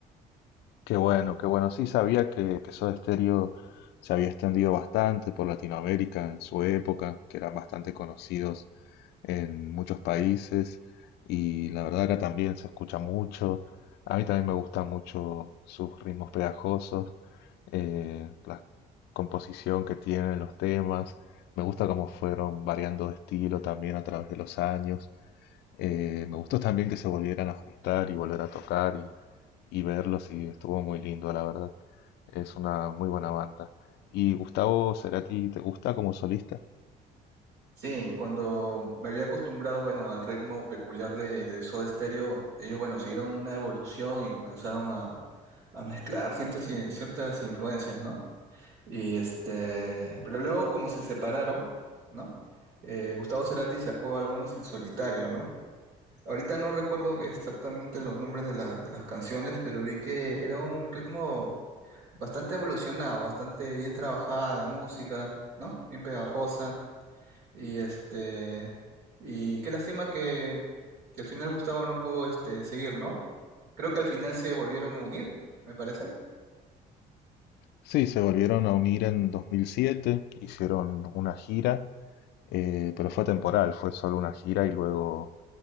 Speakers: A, on the left; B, on the right.
A: Qué bueno, qué bueno. Sí, sabía que, que Soda Stereo se había extendido bastante por Latinoamérica en su época, que eran bastante conocidos en muchos países y la verdad acá también se escucha mucho. A mí también me gustan mucho sus ritmos pegajosos, eh, la composición que tienen los temas. Me gusta cómo fueron variando de estilo también a través de los años. Eh, me gustó también que se volvieran a juntar y volver a tocar y verlos y estuvo muy lindo, la verdad. Es una muy buena banda. ¿Y Gustavo Cerati te gusta como solista?
B: Sí, cuando me había acostumbrado, bueno, al ritmo peculiar de, de Soda Stereo, ellos, bueno, siguieron una evolución y comenzaron a, a mezclar ciertas, i- ciertas influencias, ¿no? Y este, pero luego como se separaron, ¿no? Eh, Gustavo Cerati sacó algunos en solitario, ¿no? Ahorita no recuerdo exactamente los nombres de, la- de las canciones, pero vi que era un ritmo bastante evolucionado, bastante bien trabajada la música, ¿no? Bien pegajosa. Y este, y qué lástima que, que al final Gustavo no pudo este, seguir, ¿no? Creo que al final se volvieron a unir, me parece.
A: Sí, se volvieron a unir en 2007, hicieron una gira, eh, pero fue temporal, fue solo una gira y luego,